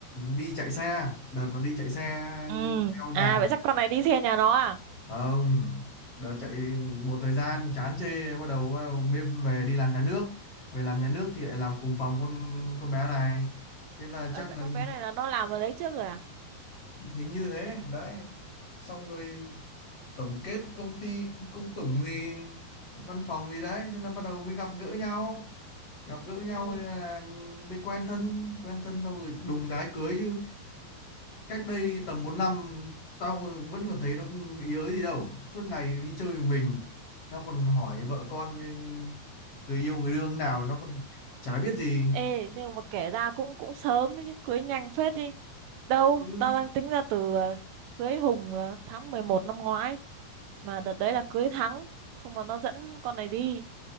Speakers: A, on the left; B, on the right.
A: đi chạy xe đợt nó đi chạy xe
B: ừ
A: theo nhà
B: à vậy chắc con này đi xe nhà nó à
A: không đợt chạy một thời gian chán chê bắt đầu mới về đi làm nhà nước về làm nhà nước thì lại làm cùng phòng con con bé này thế là
B: Ơ
A: chắc
B: vậy
A: là
B: con bé này là nó làm ở đấy trước rồi à?
A: hình như thế đấy xong rồi tổng kết công ty công tủng gì văn phòng gì đấy thế là bắt đầu mới gặp gỡ nhau gặp gỡ nhau
B: Ừ.
A: là mới quen thân quen thân xong rồi đùng cái cưới chứ cách đây tầm 4 năm tao vẫn còn thấy nó ý ới gì đâu suốt ngày đi chơi mình tao còn hỏi vợ con người yêu người đương nào nó còn chả biết gì
B: Ê, nhưng mà kể ra cũng cũng sớm đấy chứ, cưới nhanh phết đi. Đâu,
A: Ừ,
B: tao đang tính ra từ ờ, cưới Hùng là tháng 11 năm ngoái. Mà đợt đấy là cưới Thắng, xong rồi nó dẫn con này đi.